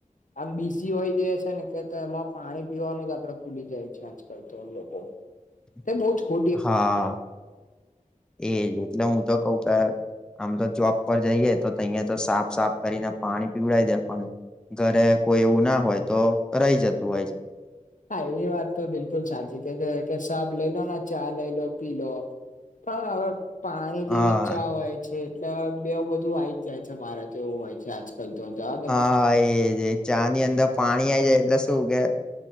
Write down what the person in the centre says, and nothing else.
<inaudible>
હા, એજ એટલે હું તો કઉ કે આમ તો જોબ પર જઈએે તો તહીંયા તો સાબ સાબ કરીને પાણી પીવડાવી દેય પણ ઘરે કોઈ એવું ના હોય તો રહી જતું હોય છે.
હા
હા એજ એ ચા ની અંદર પાણી આઈ જાય એટલે શું કે